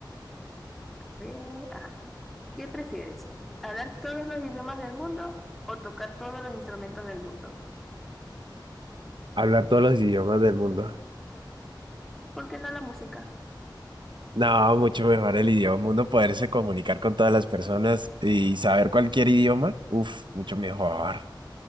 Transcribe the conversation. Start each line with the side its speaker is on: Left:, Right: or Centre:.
Centre: Ve, ajá. ¿Qué prefieres? ¿Hablar todos los idiomas del mundo o tocar todos los instrumentos del mundo?
Right: Hablar todos los idiomas del mundo.
Centre: ¿Por qué no la música?
Right: No, mucho mejor el idioma. Uno poderse comunicar con todas las personas y saber cualquier idioma. Uf, mucho mejor.